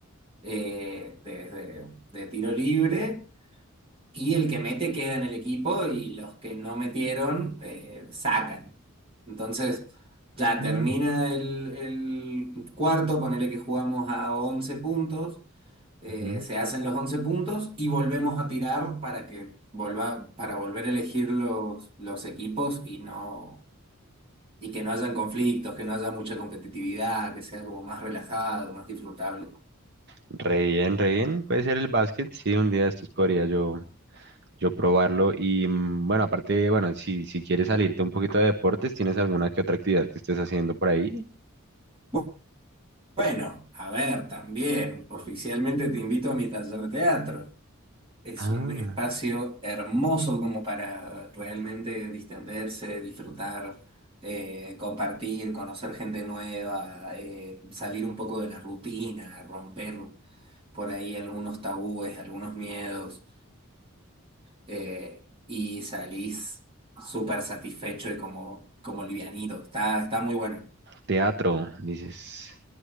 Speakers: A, on the right (about 25°); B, on the right (about 50°).
A: eh, desde de tiro libre y el que mete queda en el equipo y los que no metieron eh, sacan. Entonces, ya
B: ujú,
A: termina el, el cuarto, ponele que jugamos a 11 puntos, eh,
B: ujú.
A: se hacen los 11 puntos y volvemos a tirar para que volva, para volver a elegir los, los equipos y no, y que no hayan conflictos, que no haya mucha competitividad, que sea como más relajado, más disfrutable.
B: Re bien, re bien. Puede ser el básquet, sí, un día de estos podría yo, yo probarlo. Y mm, bueno, aparte, bueno, si, si quieres salirte un poquito de deportes, ¿tienes alguna que otra actividad que estés haciendo por ahí?
A: Bu- Bueno, a ver, también, oficialmente te invito a mi taller de teatro. Es
B: Ah,
A: un espacio hermoso como para realmente distenderse, disfrutar, eh, compartir, conocer gente nueva, eh, salir un poco de la rutina, romper por ahí algunos tabúes, algunos miedos, eh, y salís súper satisfecho y como, como livianito. Está, está muy bueno.
B: teatro, dices.